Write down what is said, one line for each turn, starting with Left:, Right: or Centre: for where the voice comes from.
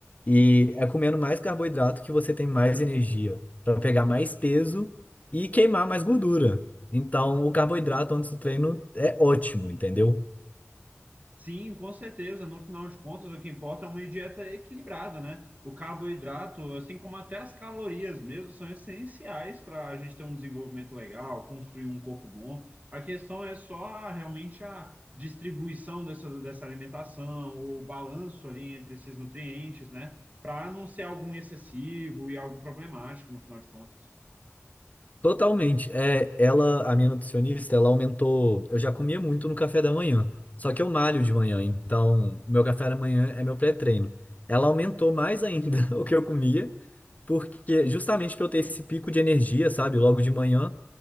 Left: E é comendo mais carboidrato que você tem mais energia para pegar mais peso e queimar mais gordura. Então, o carboidrato antes do treino é ótimo, entendeu?
Right: Sim, com certeza. No final de contas, o que importa é uma dieta equilibrada, né? O carboidrato, assim como até as calorias mesmo, são essenciais para a gente ter um desenvolvimento legal, construir um corpo bom. A questão é só a- realmente a distribuição dessas, dessa alimentação, o balanço ali entre esses nutrientes, né? Para não ser algum excessivo e algo problemático, no final de contas.
Left: Totalmente. É, ela, a minha nutricionista, ela aumentou. Eu já comia muito no café da manhã, só que eu malho de manhã, então meu café da manhã é meu pré-treino. Ela aumentou mais ainda <laughs> o que eu comia, porque justamente para eu ter esse pico de energia, sabe, logo de manhã